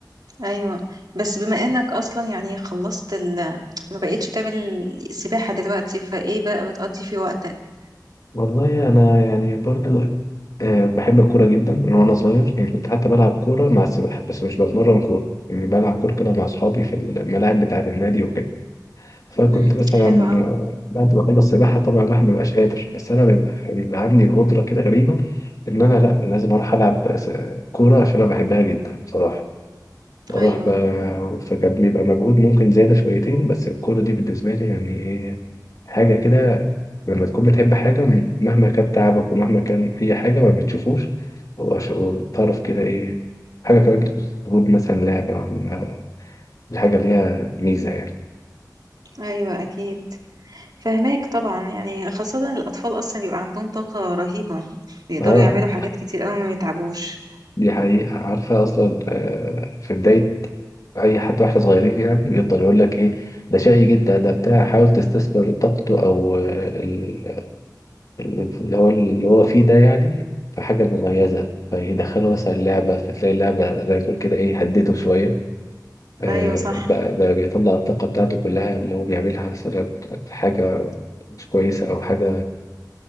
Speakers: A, on the right; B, on the left.
A: ايوه بس بما انك اصلا يعني خلصت ال... ما بقيتش تعمل سباحة دلوقتي فايه بقى بتقضي في وقتك
B: والله انا يعني برضو آه، بحب الكوره جدا من وانا صغير يعني كنت حتى بلعب كوره مع السباحه بس مش بتمرن كوره يعني بلعب كوره كده مع اصحابي في الملاعب بتاعه النادي وكده فكنت
A: امم
B: مثلا
A: حلو قوي
B: آه، بعد ما اخلص سباحه طبعا الواحد ما بيبقاش قادر بس انا بيبقى بيبقى عندي القدره كده غريبه ان انا لا لازم اروح العب س- كوره عشان انا بحبها جدا بصراحه بروح
A: ايوه
B: ب- فكان بيبقى مجهود ممكن زياده شويتين بس الكوره دي بالنسبه لي يعني إيه، حاجه كده لما تكون بتحب حاجه م- مهما كان تعبك ومهما كان اي حاجه ما بتشوفوش هو ش- هو الطرف كده ايه حاجه كمان تخص تقول مثلا لعبه ولا- الحاجه ليها ميزه يعني
A: ايوه اكيد فهماك طبعا يعني خاصة الاطفال اصلا بيبقى عندهم طاقة رهيبة بيقدروا
B: اه
A: يعملوا حاجات كتير قوي ما يتعبوش
B: دي حقيقة عارفة أصلا آه، في بداية أي حد واحنا صغيرين يعني بيفضل يقول لك إيه ده شقي جدا ده بتاع حاول تستثمر طاقته أو آه، ال- ال- اللي هو اللي هو فيه ده يعني في حاجة مميزة فيدخله مثلا لعبة فتلاقي اللعبة زي ما تقول كده إيه هدته شوية آه،
A: ايوه صح
B: بقى, بقى بيطلع الطاقة بتاعته كلها اللي هو بيعملها مثلا في حاجة مش كويسة أو حاجة